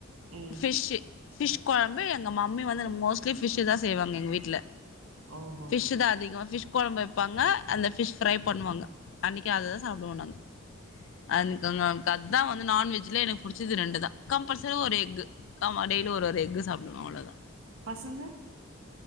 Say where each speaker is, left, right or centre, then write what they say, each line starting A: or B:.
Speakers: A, on the right; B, on the left.
A: ம்
B: பிஷ்ஷு பிஷ் கொழம்பு எங்க மம்மி வந்து மோஸ்ட்லி பிஷ்தா செய்வாங்க எங்க வீட்ல
A: ஓஹோ
B: புட்டுதா அதிகமா ஃபிஷ் கொழம்பு வெப்பாங்க அந்த ஃபிஷ் ஃப்ரை பண்ணுவாங்க அன்னக்கி அததா சாப்புடுவோ நாங்க அதுக்கு எனக்கு அதுதா வந்து நான்வெஜ்லயே எனக்கு புடிச்சது ரெண்டு தா கம்பல்சரி ஒரு எக்கு ஆமா டெய்லியு ஒரு ஒரு எக்கு சாப்புடுவோ அவ்ளோதா
A: பசங்க